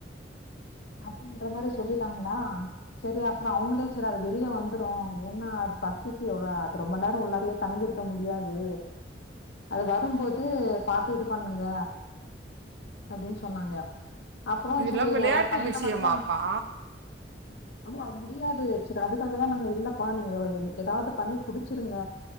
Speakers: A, on the left; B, on the right.
A: அப்டின்ற மாரி சொல்லிட்டாங்களா சரி அப்ரோ அவுங்ளே சரி அது வெளிய வந்துரு ஏன்னா அது பசிக்கு எவ்ளவு அது ரொம்ப நேரோ உள்ளாரயே தங்கிருக்க முடியாது அது வரும்போது பாத்து இது பண்ணுங்க அப்டின்னு சொன்னாங்க அப்பரோ
B: இதெல்லாம்
A: சேரி
B: விளையாட்டு
A: ஒரே ஒரு பைய்ன
B: விஷயமாப்பா
A: மட்டு ஆமா முடியாது சேரி அதுக்காகதா நாங்க இல்லப்பா நீங்க எ எ ஏதாவது பண்ணி புடிச்சிருங்க